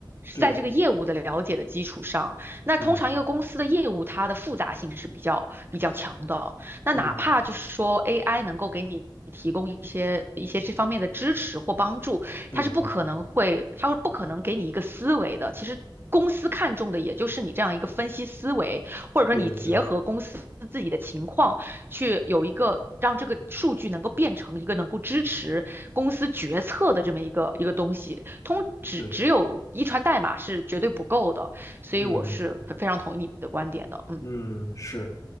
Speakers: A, on the left; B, on the right.
A: 对，
B: 在这个业务的了解的基础上，那通常一个公司的业务它的复杂性是比较比较强的，
A: 嗯
B: 那哪怕就是说
A: 嗯
B: AI 能够给你。提供一些一些这方面的支持或帮助，
A: 嗯嗯嗯。
B: 它是不可能会，它会不可能给你一个思维的。其实公司看重的也就是你这样一个分析思维，或者说你结合公司自己的情况去有一个让这个数据能够变成一个能够支持公司决策的这么一个一个东西。
A: 对对
B: 通只只有遗传代码是绝对不够的，
A: 对，
B: 所以我是非非常同意你的观点的。
A: 嗯
B: 嗯
A: 嗯，是，